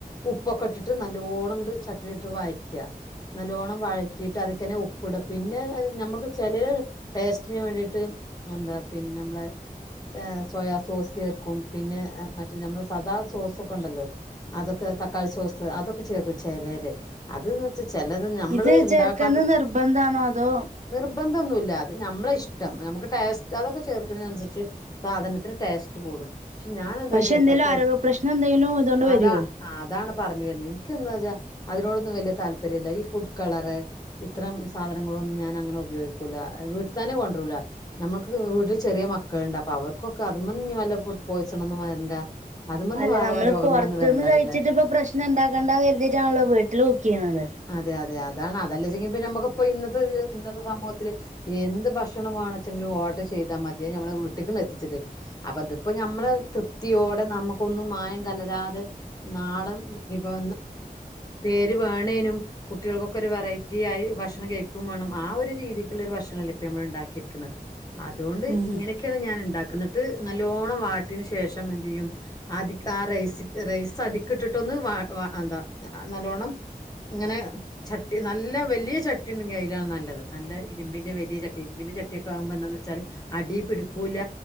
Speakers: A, on the left; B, on the right.
A: ഉപ്പൊക്കെ ഇട്ടിട്ട് നല്ലോണ്ണം ഇ് ചട്ടിന ഇട്ട് വഴറ്റുക നല്ലോണം വഴറ്റിയിട്ട് അതിക്കന്നെ ഉപ്പിട പിന്നെ നമ്മക്ക് ചില ടേസ്റ്റിന് വേണ്ടിയിട്ട് എന്താ പിന്നെ നമ്മള് സോയാ സോസ് ചേർക്കും പിന്നെ മറ്റേ നമ്മൾ സദാ സോസ് ഒക്കെ ഉണ്ടല്ലോ അതൊക്കെ തക്കാളി സോസ് അതൊക്കെ ചേർപ്പിച്ചല്ലേ അതന് വച്ചാ ചിലത് നമ്മള്
B: ഇത്
A: ഉണ്ടാക്കാത്ത
B: ചേർക്കുന്നത് നിർബന്ധാണോ അതോ
A: നി ബന്ധംൊന്നുമ ഇല്ല അത് നമ്മളെ ഇഷ്ടം നമുക്ക് ടേസ്റ്റ് അതൊക്കെ ചേർക്കുന്ന അനുസരിച്ച് സാധനത്തിന് ടേസ്റ്റ് കൂടും പക്ഷെ ഞാാനെന്താ
B: പക്ഷെ
A: ചേക്കാം
B: എന്തേലും
A: ച
B: ആരോഗ്യ പ്രശ്നം എന്തെങ്കിലും ഇതുകൊണ്ട്
A: അതാ
B: വരുവോ
A: അതാണ് പറഞ്ഞു വരുന്നത് എനക്ക് എന്താ വച്ചാ അതിനോടൊന്നും വലിയ താല്പര്യം ഇല്ല ഈ ഫുഡ് കളർ ഇത്തരം സാധനങ്ങളൊന്നും ഞാൻ അങ്ങനെ ഉപയോഗിക്കൂില്ല വീട്ട തന്നെ കൊണ്ടൂല നമ്മുക്ക് വീട്ടിൽ ചെറിയ മക്കളുണ്ട് അപ്പൊ അവർക്കൊക്കെ അതും ല്ല പോയിസണന്നന്ന് വരണ്ട
B: അല്ല
A: വേറെ
B: നമ്മള്
A: രോഗങ്ങളൊന്നും
B: പുൊറത്തുന്ന്
A: വരണ്ട
B: കഴിച്ചിട്ട്
A: വിചാരിച്ചിട്ട്
B: ഇപ്പൊ പ്രശ്നം ഇണ്ടാക്കേണ്ട കരുതിീട്ടാണല്ലോ വീട്ടില് കുക്ക് ചെയ്യുന്നത്
A: അതെ അതെ അതാണ് അതല്ലച്ചെങ്ക ഇപ്പ നമക്കിപ്പോ ഇന്നത്തെ ഇന്നത്തെ സമൂത്തില് എന്ത് ഭക്ഷണം വേണെങ്കിലും ഓട്ട് ചെയ ചെയ്താ മതിയ ഞമ്മള വീട്ടിൽും എത്തിച്ചു തരും അപ്പ അപ്പൊ നമ്മള് തൃപ്തിയോടെ നമുക്കൊന്നും മായം കലരാതെ നാടൻ വിഭവ പേര് വേണേനും കുട്ടികൾക്കൊക്കെ ഒരു വെറൈറ്റി ആയി ഭക്ഷണം കഴിക്കും വേണം ആ ഒരു രീതി ല്ല ന ഉണ്ടാക്കിരിക്കുന്നത് അതുകൊണ്ട്
B: ഉം
A: ഇങ്ങനെയൊക്കെയാണ് ഞാൻ ഉണ്ടാക്കുന്നിട്ട് ന ലോണം വാട്ടിനന് ശേഷം എ ചെയ്യും ആ റൈസ് അ ഇട്ടിട്ടൊന്ന് എന്താ നല്ലോണ്ണം ഇങ്ങനെ ചട്ടി നല്ല വലിയ ചട്ടിയണ്ട കയ്യിലാണ് നല്ലത് നല്ല ഇരുമ്പിന് വലിയ ചട്ടി ഇരുമ്പി ചട്ടിയൊക്കെ ആകുമ്പോ എന്താന്ന് വെച്ചാല് അടി പിടിക്കൂല